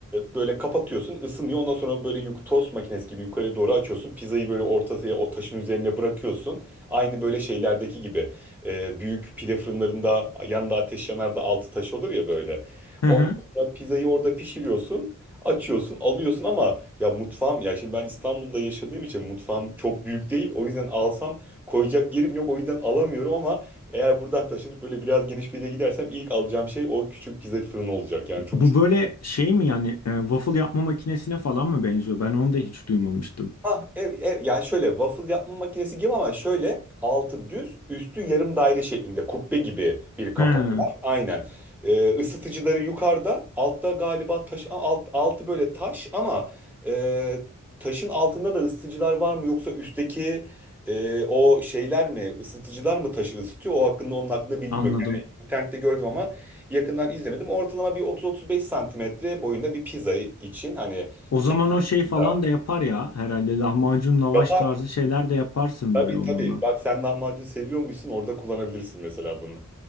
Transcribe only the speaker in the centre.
böyle kapatıyorsun ısınıyor. Ondan sonra böyle yuk tost makinesi gibi yukarıya doğru açıyorsun. Pizzayı böyle ortasına o taşın üzerine bırakıyorsun. Aynı böyle şeylerdeki gibi e, büyük pide fırınlarında yanında ateş yanar da altı taş olur ya böyle.
Ondan
sonra pizzayı orada pişiriyorsun. Açıyorsun, alıyorsun ama ya mutfağım ya şimdi ben İstanbul'da yaşadığım için mutfağım çok büyük değil. O yüzden alsam koyacak yerim yok. O yüzden alamıyorum ama eğer buradan taşınıp böyle biraz geniş bir yere gidersem ilk alacağım şey o küçük pizza fırını olacak. Yani çok
Ah, ev, ev, yani şöyle waffle yapma makinesi gibi ama şöyle altı düz üstü yarım daire şeklinde kubbe gibi bir kapağı
var. Aynen. Ee, ısıtıcıları yukarıda altta galiba taş alt, altı böyle taş ama e, taşın altında da ısıtıcılar var mı yoksa üstteki e, o şeyler mi ısıtıcılar mı taşı ısıtıyor? O hakkında onun hakkında bilgim
yok. Yani internette gördüm ama yakından izlemedim. Ortalama bir 30-35 santimetre boyunda bir pizza için hani
Pizza.
yapar
Tabii
tabii. Bak sen lahmacun seviyormuşsun orada kullanabilirsin mesela bunu.